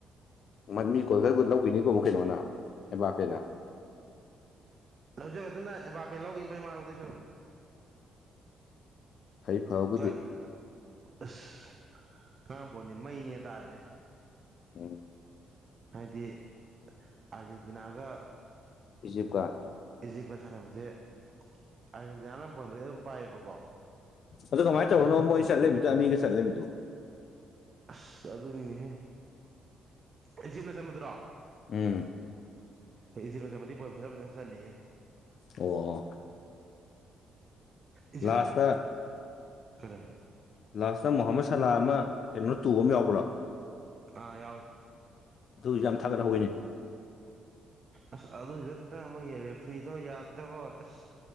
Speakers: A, on the left; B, on the right.
A: ꯃ ꯃꯤ ꯒꫭꯜꯗꯜ ꯕꯨꯠ ꯂꯧꯒꯤꯅꯤ ꯀ <unintelligible> ꯀꯩꯅꯣꯅ ꯑꯦꯝꯕꯥꯄꯦꯅ
B: ꯂꯧꯖꯔꯒꯖꯅꯨ ꯑꯦꯝꯕꯥꯕꯦ ꯂꯧꯒꯤꯅ ꯂꯧꯒꯤꯕꯅ ꯐꯩ ꯃꯥꯅ ꯂꯧꯗꯣꯏꯁꯔꯨꯛ
A: ꯐꯩ ꯐꯕꯨꯗꯤ
B: ꯀꯥꯏ ꯑꯁ ꯉꯔꯥꯡꯕꯣꯟꯗꯤ ꯃꯩꯅꯦꯍ‌ꯦ ꯇꯥꯔꯤꯁꯦ
A: ꯎꯝ
B: ꯍꯥꯏꯗꯤ ꯑꯥꯔꯖꯦꯟꯇꯤꯅꯥꯒ
A: ꯏꯖꯤꯞꯀ
B: ꯏꯖꯤꯛꯄ ꯁꯥꯟꯅꯕꯁꯦ ꯑꯥꯔꯖꯦꯟꯇꯤꯅꯥꯅ ꯕꫭꯟꯕꯨꯗꯤ ꯑꯗꯨꯝ ꯄꯥꯏꯌꯦꯕꯀꯣ
A: ꯑꯗꯨ ꯀꯃꯥꯏꯅ ꯇꯧꯔꯒꯅꯣ ꯃꯣꯏ ꯆꯠꯂꯃꯤꯗꯨ ꯑꯅꯤꯒ ꯆꯠꯂꯃꯤꯗꯨ
B: ꯑꯁ ꯑꯗꯨꯅꯤꯅꯦꯍꯦ ꯏꯖꯤꯞꯅ ꯆꯟꯕꯗꯨꯔꯣ
A: ꯎꯝ
B: ꯑꯦ ꯏꯖꯤꯞꯅ ꯆꯟꯕꯗꯤ ꯕꯣꯜ ꯐꯖ ꯐꯖꯅ ꯆꯠꯂꯤꯍꯦ
A: ꯑꯣ ꯑꯣ
B: ꯏꯖꯤꯞꯅ
A: ꯂꯥꯁꯇ
B: ꯀꯔꯤ
A: ꯂꯥꯁꯇ ꯃꯣꯍꯥꯃꯠ ꯁꯂꯥ ꯑꯃ ꯀꯩꯅꯣ ꯇꯨꯕ ꯑꯃ ꯌꯥꯎꯕ꯭ꯔꯥ
B: ꯑꯥ ꯌꯥꯎꯋꯤ
A: ꯑꯗꯨꯏꯁꯨ ꯌꯥꯝ ꯊꯥꯒꯠꯍꯧꯋꯤꯅꯦ
B: ꯑꯁ ꯑꯗꯨꯗ ꯈꯤꯇꯪ ꯑꯃꯨꯛ <unintelligible> ꯌꯦꯔꯦ ꯐ꯭ꯔꯤꯗꯣ ꯌꯥꯗꯕ ꯑꯁ